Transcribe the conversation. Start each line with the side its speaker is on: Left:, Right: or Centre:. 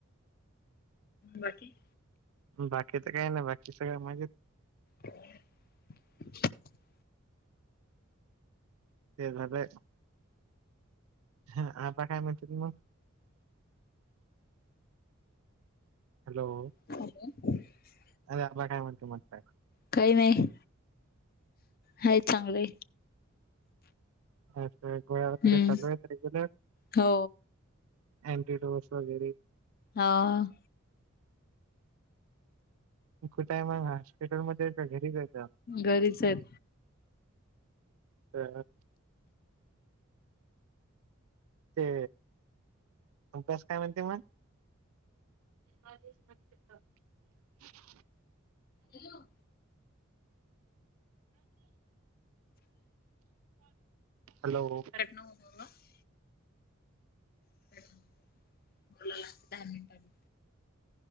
Left: बाकी?
Right: बाकीत काही नाही. बाकी सगळ माजेत.
Left: हो <unintelligible> <inaudible>
Right: ते झालंय. ह आता काय म्हणतीत म? हॅलो.
Left: अ <unintelligible>
Right: अरे आबा काय म्हणती म्हटलं. <unintelligible>
Left: काही नाही. हायत चांगले.
Right: अस गोळ्या वगैरे
Left: हम्म
Right: चालूयेत रेगुलर?
Left: हो
Right: आंटीडोस वगैरे?
Left: हा.
Right: तु कुठय मग? हॉस्पिटलमध्ये की घरीचयत?
Left: घरीचेत.
Right: ह <unintelligible> ते अभ्यास काय म्हणते मग? काश मनता <unintelligible>
Left: हॅलो!
Right: हॅलो!
Left: <unintelligible> <unintelligible> बोलाला दहा मिनीटांनी.